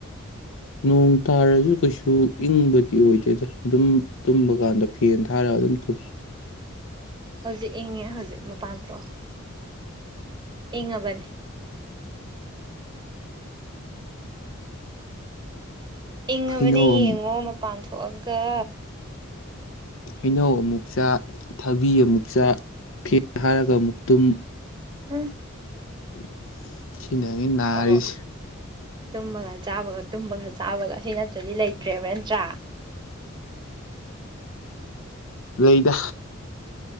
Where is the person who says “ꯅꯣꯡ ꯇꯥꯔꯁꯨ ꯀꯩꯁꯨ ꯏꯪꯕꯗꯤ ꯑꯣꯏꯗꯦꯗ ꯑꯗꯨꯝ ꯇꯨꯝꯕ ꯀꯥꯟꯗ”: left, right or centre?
Left